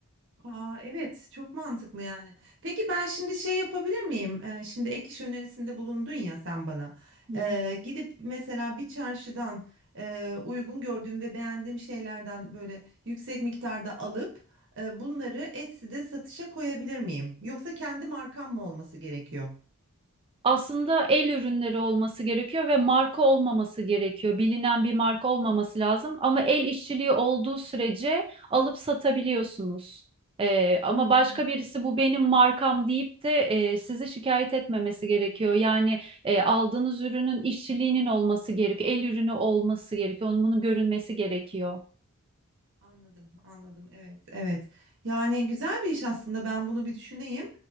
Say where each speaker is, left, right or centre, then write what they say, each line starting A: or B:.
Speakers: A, on the right (about 55°); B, on the right (about 25°).
A: Aa, evet çok mantıklı yani. Peki ben şimdi şey yapabilir miyim? Ee, şimdi ek iş önerisinde bulundun ya sen bana.
B: Hı.
A: Ee, gidip mesela bir çarşıdan e, uygun gördüğüm ve beğendiğim şeylerden böyle yüksek miktarda alıp e, bunları Etsy'de satışa koyabilir miyim? Yoksa kendi markam mı olması gerekiyor?
B: Aslında el ürünleri olması gerekiyor ve marka olmaması gerekiyor. Bilinen bir marka olmaması lazım ama el işçiliği olduğu sürece alıp satabiliyorsunuz. Ee, ama
A: Hmm.
B: başka birisi bu benim markam deyip de e, sizi şikayet etmemesi gerekiyor. Yani e, aldığınız ürünün işçiliğinin olması gerekiyor. El ürünü olması gerekiyor. Onun bunun görünmesi gerekiyor.
A: Anladım, anladım. Evet, evet. Yani güzel bir iş aslında. Ben bunu bir düşüneyim.